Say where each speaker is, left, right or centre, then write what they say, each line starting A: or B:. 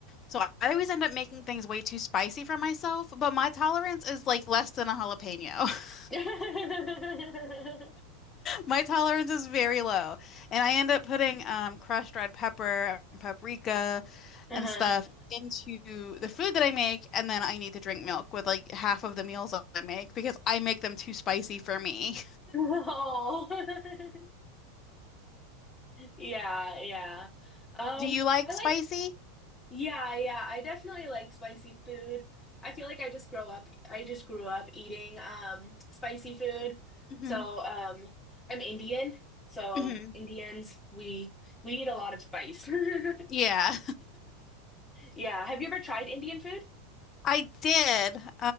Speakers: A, on the left; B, on the left.
A: So I always end up making things way too spicy for myself, but my tolerance is like less than a jalapeno. <laughs>
B: <laughs>
A: My tolerance is very low, and I end up putting um, crushed red pepper and paprika
B: Uh-huh.
A: and stuff
B: <laughs>
A: into the food that I make, and then I need to drink milk with like half of the meals that I make because I make them too spicy for me.
B: Oh. <laughs> Yeah, yeah.
A: <laughs>
B: Um,
A: Do you like
B: I like
A: spicy?
B: yeah, yeah. I definitely like spicy food. I feel like I just grow up I just grew up eating um spicy food.
A: hmm
B: So, um I'm Indian. So,
A: hmm
B: Indians, we we eat a lot of spice.
A: Yeah,
B: <laughs> Yeah, have you ever tried Indian food?
A: <laughs> I did. Um,